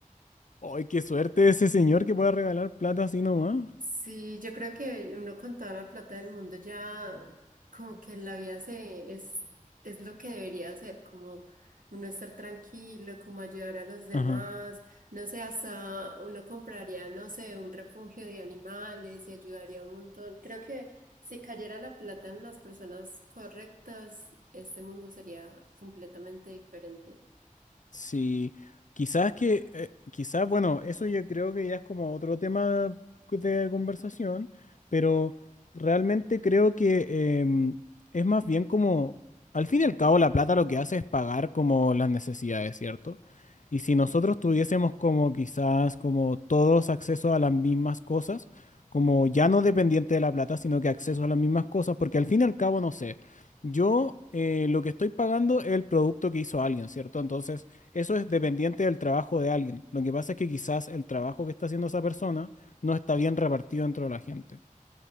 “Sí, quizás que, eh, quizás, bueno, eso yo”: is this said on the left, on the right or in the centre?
Left